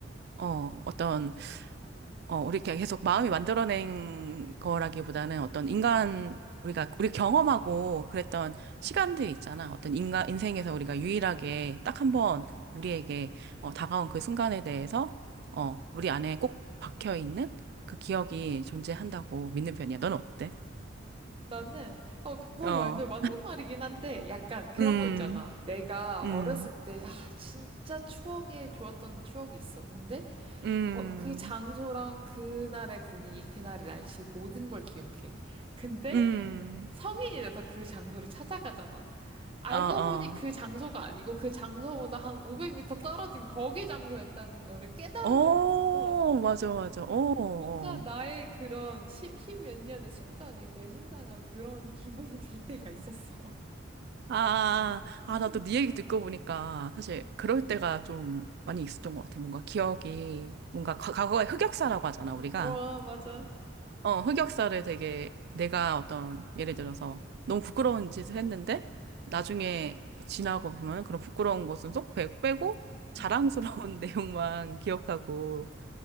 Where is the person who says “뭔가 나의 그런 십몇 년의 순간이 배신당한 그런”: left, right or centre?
Right